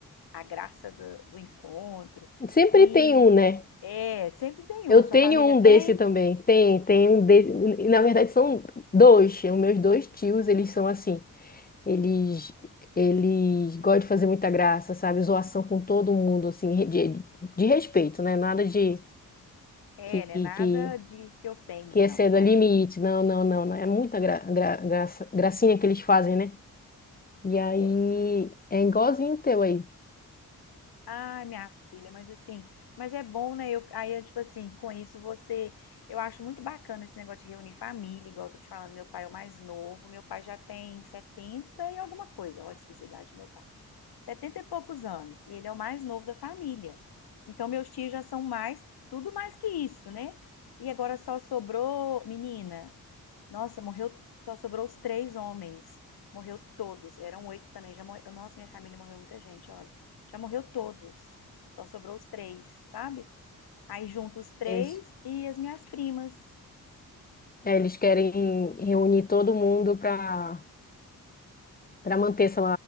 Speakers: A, on the left; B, on the left.
A: a graça do, do encontro.
B: Sempre
A: E,
B: tem um, né?
A: é, sempre tem um.
B: Eu
A: A
B: tenho
A: sua família
B: um
A: tem?
B: desse também. Tem, tem um desse. e, Na verdade, são dois. Os meus dois tios, eles são assim. Eles, eles gostam de fazer muita graça, sabe? Zoação com todo mundo, assim, de, de respeito, né? Nada de
A: É,
B: que,
A: né? Nada
B: que
A: de que ofende,
B: que
A: não,
B: exceda
A: nada.
B: limite. Não, não, não, não. É muita gra, gra- graça- gracinha que eles fazem, né? E aí
A: é,
B: é igualzinho o teu aí.
A: Ah, minha filha, mas assim, mas é bom, né? Eu, aí, eu, tipo assim, com isso você. Eu acho muito bacana esse negócio de reunir família, igual eu tô te falando, meu pai é o mais novo, meu pai já tem 70 e alguma coisa, olha a especificidade do meu pai. setenta e poucos anos, e ele é o mais novo da família. Então, meus tios já são mais, tudo mais que isso, né? E agora só sobrou, menina, nossa, morreu, só sobrou os três homens. Morreu todos. Eram oito também. Já morreu. Nossa, minha família morreu muita gente, olha. Já morreu todos. Só sobrou os três, sabe? Aí junto os três
B: Eles,
A: e as minhas primas.
B: é, eles querem reunir todo mundo para para manter essa